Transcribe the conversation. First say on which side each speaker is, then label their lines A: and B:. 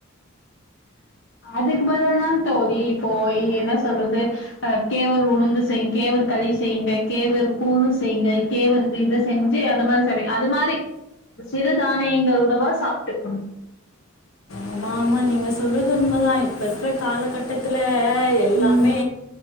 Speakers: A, on the left; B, on the left.
A: அதுக்கு பதிலா தான் தோழி இப்போ என்ன சொல்றது அ கேவர் உளுந்து செய்ங் கேவர் களி செய்ங்க கேவர் கூழு செய்ங்க கேவருக்கு இத செஞ்சு அது மாரி சாபி அது மாரி சிறு தானியங்களுடவா சாப்ட்டுக்கணும்
B: ஆமா ஆமா நீங்க சொல்றது உண்மதான் இப்ப இருக்குற காலகட்டத்துல ல எல்லாமே
A: ம்